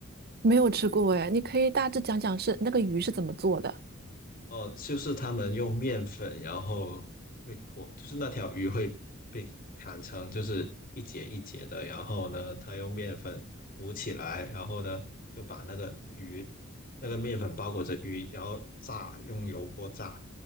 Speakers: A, on the right; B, on the left.
A: 没有吃过哎，你可以大致讲讲是那个鱼是怎么做的。
B: 哦，就是他们用面粉，然后被裹，就是那条鱼会被砍成就是一节一节的，然后呢，他用面粉糊起来，然后呢，就把那个鱼，那个面粉包裹着鱼，然后炸，用油锅炸，